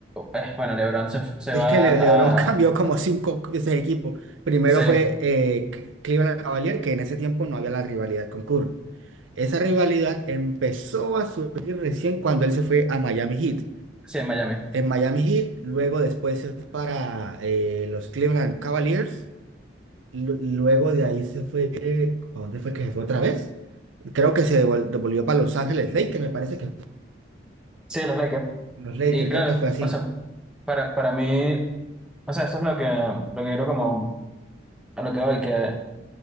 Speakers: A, in the centre; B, on the right.
A: eh, bueno, LeBron se, fu- se
B: Es
A: va
B: que Le- LeBron
A: a,
B: <laughs> cambió como cinco veces de equipo. Primero
A: sí,
B: fue eh, C- Cleveland Cavaliers, que en ese tiempo no había la rivalidad con Curry. Esa rivalidad empezó a surgir recién cuando él se fue a Miami Heat.
A: sí, en Miami,
B: En Miami Heat, luego después se fue para eh, los Cleveland Cavaliers. lu- Luego de ahí se fue, ¿a dónde fue que se fue otra vez? Creo que se devol- devolvió para Los Ángeles Lakers, me parece que
A: sí, los Lakers.
B: los Lakers,
A: Y claro,
B: creo que fue así.
A: o sea, para, para mí, o sea, eso es lo que, lo que quiero como, a lo que voy, que